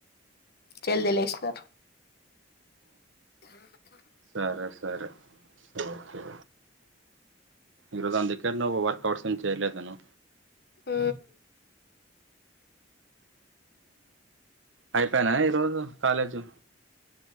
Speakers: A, on the left (about 55°); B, on the right (about 80°).
A: జల్ద లేష్నరు
B: సరస్ సరే ఓకే ఈరోజు ఆన్ దగ్గర నువ్వు వర్కఅవుట్స్ ఏమి చేయలేదను
A: ఉ
B: అయిపోయానా ఈరోజు కాలేజు